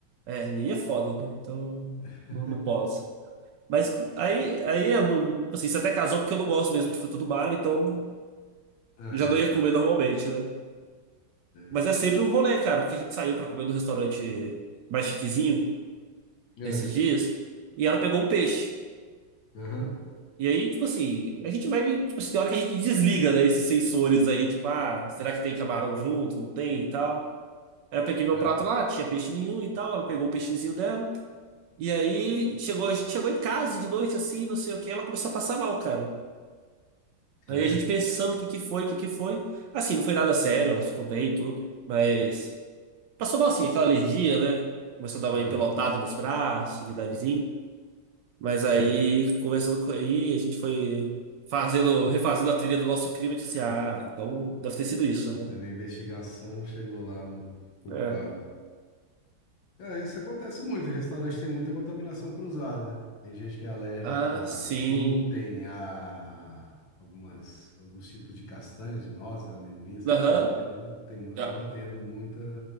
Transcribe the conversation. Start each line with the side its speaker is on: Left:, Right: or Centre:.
Right: É, e aí é foda, né? Então
Left: <laughs>
Right: não, não posso. Mas aí, aí é, tipo assim, você até casou porque eu não gosto mesmo de fruto do mar, então
Left: Ah,
Right: Já não ia comer normalmente, né?
Left: é,
Right: Mas é sempre um rolê, cara, porque a gente saiu pra comer no restaurante mais chiquezinho
Left: é,
Right: esses
Left: é. É,
Right: dias e ela pegou um peixe.
Left: aham,
Right: E aí, tipo assim, a gente vai, tipo assim, tem hora que a gente desliga, né, esses sensores aí, tipo, ah, será que tem camarão junto? Não tem e tal. Aí eu peguei meu
Left: ah,
Right: prato lá, tinha peixe nenhum e tal, ela pegou o peixezinho dela. E aí chegou, a gente chegou em casa de noite assim, não sei o que, ela começou a passar mal, cara. Aí
Left: sério?
Right: a gente pensando o que que foi, o que que foi. Assim, não foi nada sério, ela ficou bem e tudo, mas Passou mal sim, aquela alergia, né? Começou a dar uma
Left: Aham,
Right: empelotada nos braços, de levezinho. Mas
Left: sim.
Right: aí, conversando com aí, a gente foi fazendo, refazendo a trilha do nosso crime e disse, ah, então deve ter sido isso,
Left: Fazendo
Right: né?
Left: a investigação, chegou lá no culpado.
Right: É.
Left: É, isso acontece muito, restaurante tem muita contaminação cruzada. Tem gente que é alérgico
Right: Ah,
Left: a
Right: sim.
Left: glúten, a algumas, alguns tipos de castanhas, de nozes, amendoim, essas
Right: Aham.
Left: coisas, e tem um, tem, um- acaba
Right: Ah,
Left: tendo muita